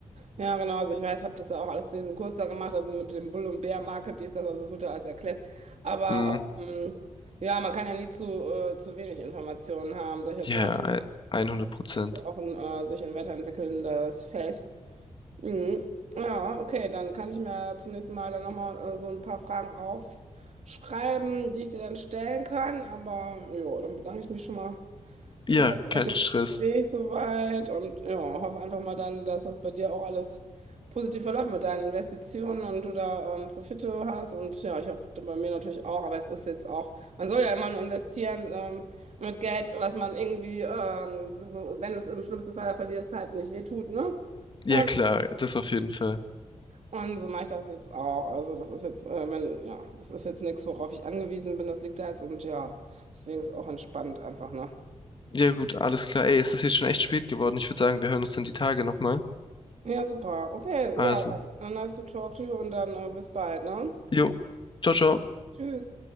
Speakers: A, on the right; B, on the left.
A: Ja, genau. Also ich weiß, habe das ja auch alles diesen Kurs da gemacht, also mit dem Bull- und Bear-Market, dies, das, also es wird ja alles erklärt. Aber
B: Mm,
A: ähm, ja, man kann ja nie zu, äh, zu wenig Informationen haben, sag ich jetzt
B: ja,
A: mal.
B: ja, 100
A: Das
B: Prozent.
A: ist ja auch ein äh, sich ein weiterentwickelndes Feld. Mhm. Ja, okay, dann kann ich mir zum nächsten Mal dann nochmal äh, so ein paar Fragen aufschreiben, die ich dir dann stellen kann. Aber ja, dann bedanke ich mich schon mal für
B: Ja,
A: das nette
B: kein Stress.
A: Gespräch soweit und ja, hoffe einfach mal dann, dass das bei dir auch alles positiv verläuft mit deinen Investitionen und du da ähm, Profite hast. Und ja, ich hoffe bei mir natürlich auch, aber es ist jetzt auch, man soll ja immer nur investieren ähm, mit Geld, was man irgendwie, ähm, wenn es im schlimmsten Fall verlierst, halt nicht wehtut, ne?
B: Ja,
A: Und
B: klar, das auf jeden Fall.
A: und so mache ich das jetzt auch. Also das ist jetzt, äh, wenn, ja, das ist jetzt nichts, worauf ich angewiesen bin. Das liegt da jetzt und ja, deswegen ist auch entspannt einfach, ne?
B: Ja, gut, alles klar. Ey, es ist jetzt schon echt spät geworden. Ich würde sagen, wir hören uns dann die Tage nochmal.
A: Ja, super. Okay,
B: Also,
A: ja, dann nice to talk to you und dann äh, bis bald, ne?
B: jo, ciao, ciao.
A: Tschüss.